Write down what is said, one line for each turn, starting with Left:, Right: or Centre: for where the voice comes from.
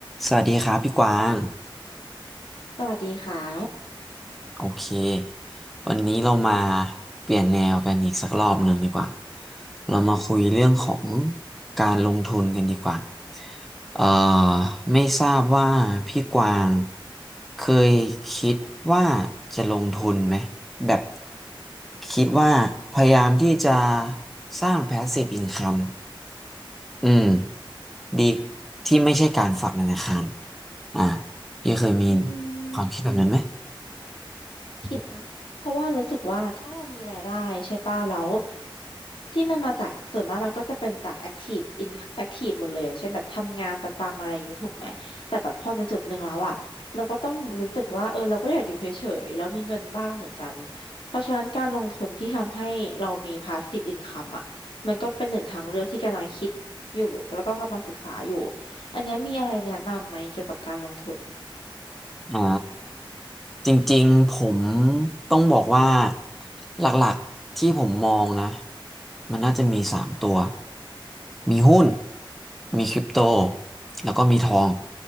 Centre: สวัสดีครับพี่กวาง
Left: สวัสดีครับ
Centre: โอเควันนี้เรามาเปลี่ยนแนวกันอีกสักรอบหนึ่งดีกว่าเรามาคุยเรื่องของการลงทุนกันดีกว่าเอ่อไม่ทราบว่าพี่กวางเคยคิดว่าจะลงทุนไหมแบบคิดว่าพยายามที่จะสร้าง passive income อืมดีที่ไม่ใช่การฝากธนาคารอ่าพี่เคยมี
Left: อืม
Centre: ความคิดแบบนั้นไหม
Left: คิดนะเพราะว่ารู้สึกว่าถ้าเรามีรายได้ใช่ป่ะแล้วที่มันมาจากส่วนมากมันก็จะเป็นจากแอคทีฟอินแอคทีฟหมดเลยอย่างเช่นแบบทำงานประจำอะไรอย่างนี้ถูกไหมแต่แบบพอเป็นจุดหนึ่งแล้วอ่ะเราก็ต้องรู้สึกว่าเออเราก็อยากอยู่เฉยๆแล้วมีเงินบ้างเหมือนกันเพราะฉะนั้นการลงทุนที่ทำให้เรามีพาสซีฟอินคัมอ่ะมันก็เป็นหนึ่งทางเลือกที่กำลังคิดอยู่แล้วก็กำลังศึกษาอยู่อันเนี้ยมีอะไรแนะนำไหมเกี่ยวกับการลงทุน
Centre: อ่าจริงๆผมต้องบอกว่าหลักๆที่ผมมองนะมันน่าจะมีสามตัวมีหุ้นมีคริปโตแล้วก็มีทอง